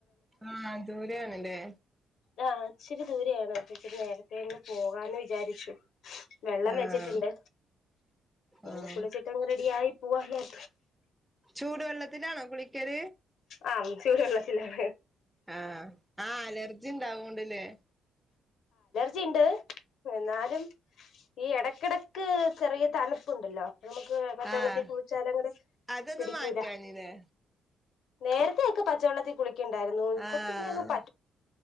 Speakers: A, in the centre; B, on the left.
A: ആ ദൂരെയാണ് ലെ
B: ആ ഇച്ചിരി ദൂരെ ആണ് അപ്പ ഇച്ചിരി നേരത്തെ അങ്ങ് പോകാന്ന് വിചാരിച്ചു വെള്ളം
A: ആഹ്
B: വെച്ചിട്ട് ഇണ്ട് ഇനി
A: ആഹ്
B: കുളിച്ചിട്ടങ്ങ് റെഡി ആയി പൂവണം
A: ചൂടുവെള്ളത്തിലാണോ കുളിക്കൽ
B: ആ ചൂട് വെള്ളത്തിലാണ്
A: ആ ആ അലർജി ഇണ്ടാവൊണ്ട് ലെ
B: ജി ഇണ്ട് എന്നാലും ഈ എടക്ക് എടക്ക് ചെറിയ തണുപ്പുണ്ടല്ലോ നമുക്ക് പച്ച
A: ആഹ്
B: വെള്ളത്തി കുളിച്ചാലങ്ങനെ
A: അതൊന്ന്
B: പിടിക്കൂലാ
A: മാറ്റാഞ്ഞില്ലേ
B: നേരത്തെ ഒക്കെ പച്ചവെള്ളത്തിൽ കുളിക്ക ഇണ്ടായിരുന്നു ഇപ്പ
A: ആഹ്
B: പിന്നെ അങ്ങ് പ